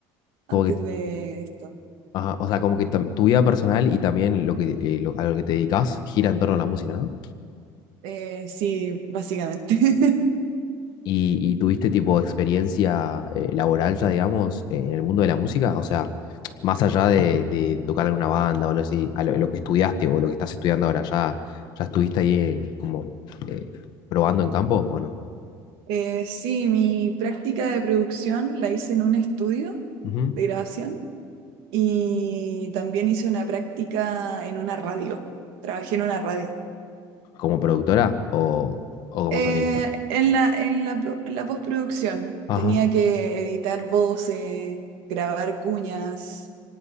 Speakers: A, on the left; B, on the right.
A: Como
B: antes
A: que,
B: de esto.
A: ajá, o sea, como que tam- tu vida personal y también lo que, eh, lo- a lo que te dedicas gira en torno a la música, no
B: Eh, sí, básicamente. <laughs>
A: ¿Y, y tuviste tipo experiencia eh, laboral ya, digamos, eh, en el mundo de la música? O sea, más allá de, de tocar en una banda o algo así, a lo, lo que estudiaste o lo que estás estudiando ahora, ¿ya, ya estuviste ahí eh, como eh, probando en campo o no?
B: Eh, sí, mi práctica de producción la hice en un estudio
A: Ujú.
B: de grabación y también hice una práctica en una radio. Trabajé en una radio.
A: ¿Como productora o, o como
B: Eh,
A: sonista?
B: en la, en la, pro- en la postproducción
A: Ajá,
B: tenía que editar voces, grabar cuñas,